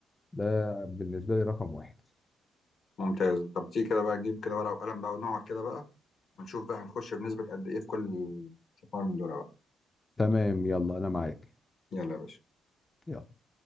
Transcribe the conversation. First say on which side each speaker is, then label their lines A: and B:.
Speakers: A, on the left; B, on the left.
A: ده بالنسبه لي رقم واحد
B: ممتاز طب تيجي كده بقى نجيب كده ورقه وقلم بقى ونقعد كده بقى ونشوف بقى هنخش بنسبه قد ايه في كل استثمار من دول بقى
A: تمام يلا انا معاك
B: يلا يا باشا
A: يلا